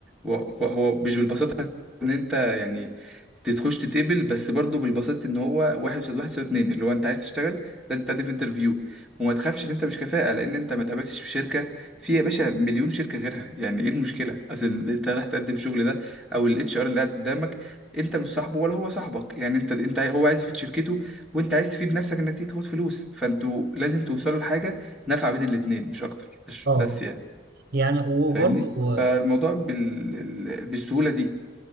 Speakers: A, in the centre; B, on the right.
A: هو هو هو مش بالبساطه ان انت يعني تخش تتقبل بس برضه بالبساطه ان هو واحد يساوي واحد يساوي اتنين اللي هو انت عايز تشتغل لازم تقدم في انترفيو وما تخافش ان انت مش كفاءه لان انت ما اتقبلتش في شركه في يا باشا مليون شركه غيرها يعني ايه المشكله اصل انت رايح تقدم في الشغل ده او الاتش ار اللي قاعد قدامك انت مش صاحبه ولا هو صاحبك يعني انت انت هو عايز يفيد شركته وانت عايز تفيد نفسك انك تيجي تاخد فلوس فانتوا لازم توصلوا لحاجه نفع بين الاتنين مش اكتر مش
B: اه
A: بس يعني
B: يعني وبرضه
A: فاهمني فالموضوع بال... ال- بالسهوله دي